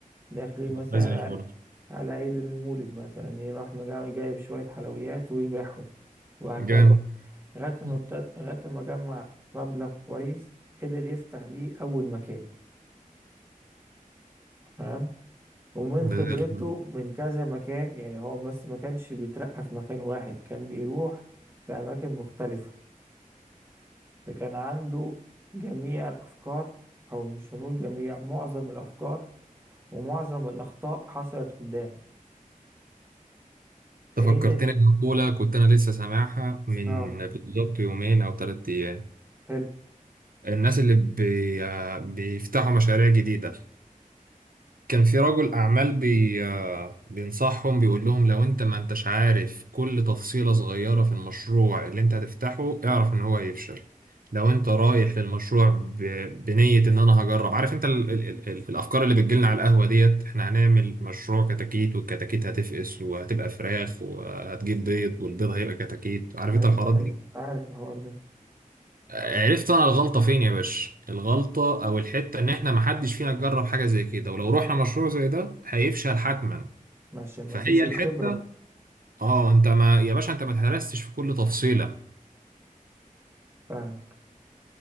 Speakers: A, on the right; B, on the right.
A: داخلين مثلا
B: ده زي الفل
A: على عيد المولد مثلا يروح مجا- جايب شوية حلويات ويبيعهم وهكذا
B: جامد
A: لغاية ما
B: مم.
A: ابتدى لغاية ما جمع مبلغ كويس قدر يفتح بيه أول مكان تمام ومن خبرته
B: ده زي الفل
A: من كذا مكان يعني هو بس ما كانش بيترقى في مكان واحد كان بيروح في أماكن مختلفة فكان عنده جميع الأفكار أو مش هنقول جميع معظم الأفكار ومعظم الأخطاء حصلت قدام فقدر
B: انت فكرتني بمقولة كنت أنا لسه سامعها من
A: اه
B: بالظبط يومين أو تلات أيام
A: حلو
B: الناس اللي بي... بيفتحوا مشاريع جديدة كان في رجل أعمال بي آه، بينصحهم بيقول لهم لو أنت ما أنتش عارف كل تفصيلة صغيرة في المشروع اللي أنت هتفتحه اعرف إن هو هيفشل لو أنت رايح للمشروع ب... بنية إن أنا هجرب عارف أنت ال... ال... ال... ال- الأفكار اللي بتجيلنا على القهوة ديت إحنا هنعمل مشروع كتاكيت والكتاكيت هتفقس وهتبقى فراخ وهتجيب بيض والبيض هيبقى كتاكيت عارف
A: أيوه
B: أنت الحوارات
A: أيوه
B: دي
A: عارف الحوار ده
B: عرفت انا الغلطه فين يا باشا الغلطه او الحته ان احنا محدش فينا جرب حاجه زي كده ولو رحنا مشروع زي ده هيفشل حتما
A: عشان ما
B: فهي
A: فيش الخبرة
B: الحته اه انت ما يا باشا انت ما تهرستش في كل تفصيله
A: فاهمك